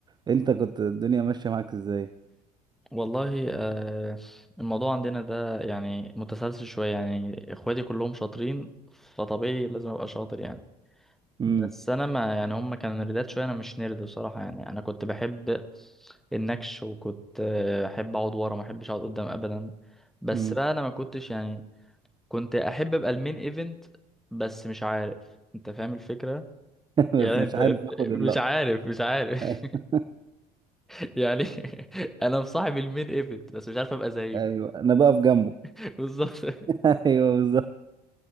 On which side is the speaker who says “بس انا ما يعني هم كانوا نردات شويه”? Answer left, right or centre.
Centre